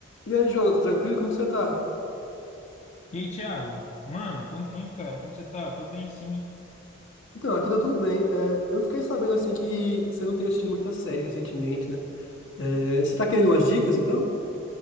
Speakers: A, on the left; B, on the left.
A: E aí, Jonathan, tranquilo? Como que você tá?
B: E aí, Thiago? Mano, quanto tempo, cara? Como você tá? Tô bem, sim.
A: Então, aqui tá tudo bem. É, eu fiquei sabendo, assim, que você não tem assistido muita série recentemente, né? É, você tá querendo umas dicas, então?